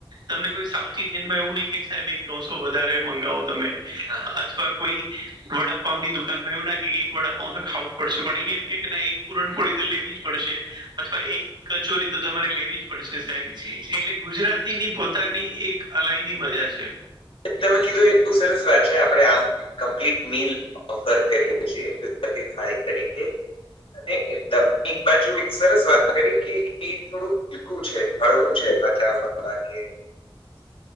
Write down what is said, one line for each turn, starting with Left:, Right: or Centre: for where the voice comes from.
Right: તમને કોઈ સાઉથ ઇન્ડિયનમાં એવું નહી કે સાહેબ એક દોસો વધારે મંગાવો તમે અથવા કોઈ વડાપાવઉની દુકાનમાં એવ નાકે કે એક વડાપાવ તો ખાવું જ પડશે પણ અહીં એમ કે એક પુરણપોળી તો લેવી જ પડશે. અથવા એક કચોરી તો તમારે લેવી જ પડશે સાહેબ એટલે ગુજરાતીની પોતાની એક અલાયદી મજા છે.
Left: તમે કીધું એ બહુ સરસ વાત છે આપડે આમ કમ્પ્લિટ મિલ ઓફર કરીએ છીએ ગુજરાતી થાળી તરીકે. અને તમે એક બાજુ એક સરસ વાત કરી કે એ થોડું <unintelligible> છે હળવું છે પચાવામા કે <inaudible>